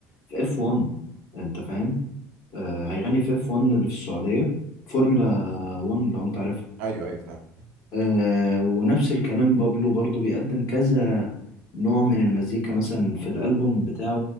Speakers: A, on the left; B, on the right.
A: في اف 1 انت فاهم آه هيغني في اف 1 اللي في السعودية فورمولا 1 لو انت عارف
B: أيوه أيوه فاهم
A: آه ونفس الكلام بابلو برضو بيقدم كذا نوع من المزيكا مثلا في الألبوم بتاعه